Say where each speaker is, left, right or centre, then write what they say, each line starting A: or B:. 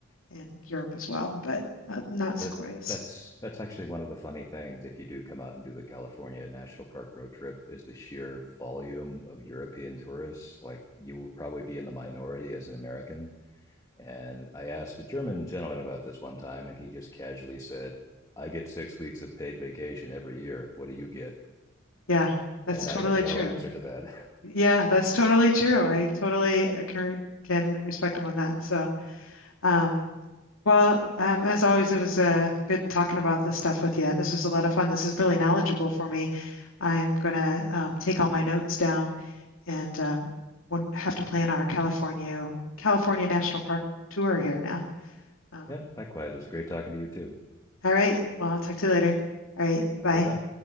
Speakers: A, on the left; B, on the left.
A: in Europe as well, but uh, not sequoias.
B: That that's that's actually one of the funny things if you do come out and do the California National Park road trip is the sheer volume of European tourists. Like you will probably be in the minority as an American, And I asked a German gentleman about this one time, and he just casually said, I get six weeks of paid vacation every year. What do you get?
A: Yeah, that's
B: And
A: totally
B: I had no
A: true.
B: answer to that. <laughs>
A: Yeah, that's totally true. I totally uh, can re- can respect him on that. So, um, Well, um, as always, it was uh, good talking about this stuff with you. This was a lot of fun. This is really knowledgeable for me. I'm gonna um, take all my notes down and um, won't have to plan our California California National Park tour here now. Um,
B: yeah, likewise. It was great talking to you too.
A: all right. Well, I'll talk to you later. All right. Bye.
B: Until then.